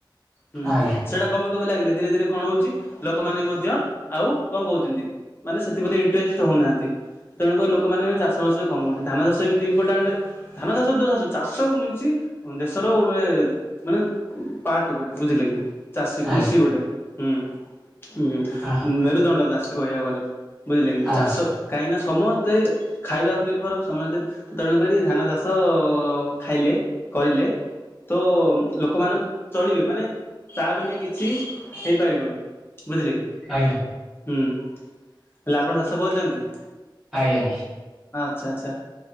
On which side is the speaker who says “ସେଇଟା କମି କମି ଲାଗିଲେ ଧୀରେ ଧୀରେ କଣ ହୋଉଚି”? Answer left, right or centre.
Left